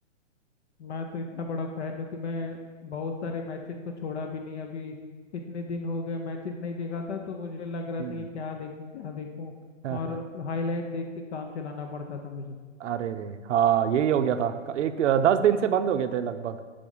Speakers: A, on the left; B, on the right.
A: मैं तो इतना बड़ा फैन हूँ कि मैं बहुत सारे मैचेस को छोड़ा भी नहीं अभी इतने दिन हो गए मैचेस नहीं देखा था तो मुझे लग रहा
B: हम्म
A: था कि क्या देखूँ क्या देखूँ
B: हाँ,
A: और
B: हाँ।
A: हाईलाइट देख के काम चलाना पड़ता था मुझे
B: अरे रे हाँ यही हो गया था क- एक अ, दस दिन से बंद हो गए थे लगभग